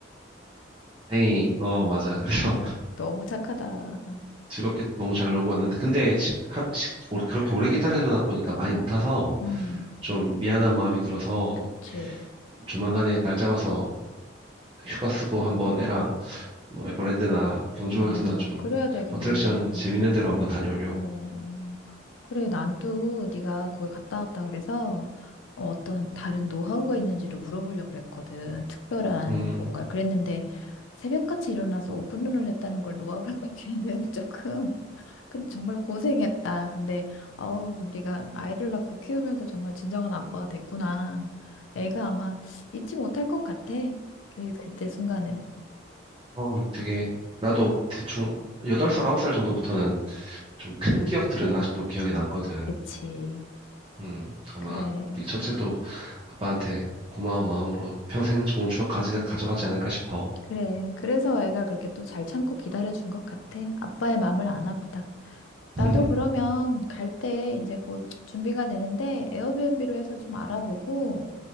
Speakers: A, on the right; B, on the left.
A: 다행히, 어, 맞아. 그래서
B: 어, 너무 착하다.
A: <laughs> 즐겁게 너무 잘 놀고 왔는데, 근데, 시, 하, 시, 오- 그렇게 오래 기다리다 보니까 많이 못 타서
B: 음,
A: 좀 미안한 마음이 들어서
B: 그치.
A: 조만간에 날 잡아서 휴가 쓰고 한번 애랑 뭐 에버랜드나 경주월드나
B: 어,
A: 좀
B: 그래야 되겠네.
A: 어트랙션 재밌는 데로 한번 다녀오려고.
B: 어, 그래, 난 또 네가 거기 갔다 왔다 그래서 어, 어떤 다른 노하우가 있는지를 물어보려고 그랬거든. 특별한
A: 음,
B: 뭔가를 그랬는데 새벽같이 일어나서 오픈런을 했다는 걸 노하우라고 하기는 <laughs> 조금. 근데 정말 고생했다. 근데 아우, 네가 아이를 낳고 키우면서 정말 진정한 아빠가 됐구나. 애가 아마 잊지 못할 것 같아. 그, 그때 순간을.
A: 그럼 되게, 나도 대충 8살, 9살 정도부터는 좀 큰 기억들은 아직도 기억에 남거든.
B: 그치.
A: 음, 아마
B: 그래.
A: 우리 첫째도 아빠한테 고마운 마음으로 평생 좋은 추억 가지, 가져가지 않을까 싶어.
B: 그래. 그래서 애가 그렇게 또 잘 참고 기다려준 것 같아. 아빠의 마음을 아나 보다.
A: <laughs>
B: 나도 그러면 갈 때 이제 곧 준비가 되는데 에어비앤비로 해서 좀 알아보고